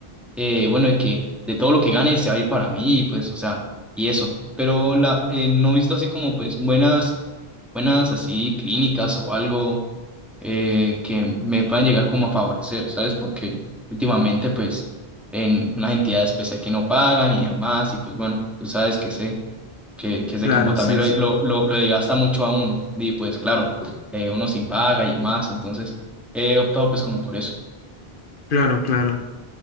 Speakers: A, in the centre; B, on the left.
A: eh, bueno, de que de todo lo que gane se va a ir para mí, y pues, o sea, y eso. Pero la, eh, no he visto así como pues buenas, buenas así clínicas o algo eh, que me puedan llegar como a favorecer, ¿sabes? Porque últimamente pues en unas entidades pues hay que no pagan y demás, y pues bueno, tú sabes que sé que, que ese
B: Claro,
A: campo también
B: sí,
A: lo,
B: sí.
A: lo, lo, lo desgasta mucho a uno. Y pues claro, eh, uno sin paga y demás, entonces he optado pues como por eso.
B: Claro, claro.